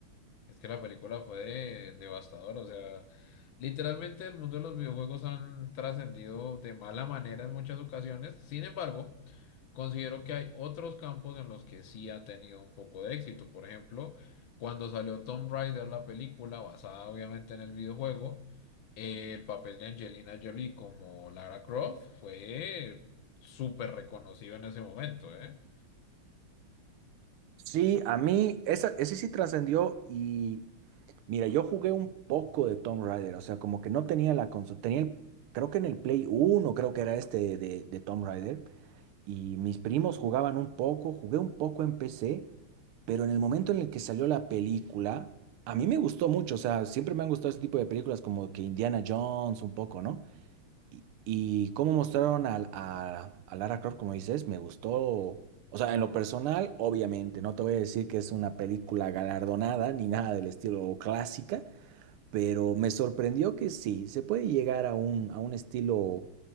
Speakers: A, on the left; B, on the right.
A: Es que la película fue de- devastadora, o sea, literalmente el mundo de los videojuegos han trascendido de mala manera en muchas ocasiones, sin embargo. Considero que hay otros campos en los que sí ha tenido un poco de éxito. Por ejemplo, cuando salió Tomb Raider, la película basada obviamente en el videojuego, eh, el papel de Angelina Jolie como Lara Croft fue súper reconocido en ese momento, ¿eh?
B: Sí, a mí esa, ese sí trascendió y mira, yo jugué un poco de Tomb Raider, o sea, como que no tenía la consola, tenía el, creo que en el Play uno creo que era este de, de Tomb Raider. y mis primos jugaban un poco, jugué un poco en PC, pero en el momento en el que salió la película, a mí me gustó mucho, o sea, siempre me han gustado ese tipo de películas como que Indiana Jones un poco, ¿no? Y, y cómo mostraron al- a, a Lara Croft, como dices, me gustó, o sea, en lo personal, obviamente, no te voy a decir que es una película galardonada ni nada del estilo o clásica, pero me sorprendió que sí, se puede llegar a un, a un estilo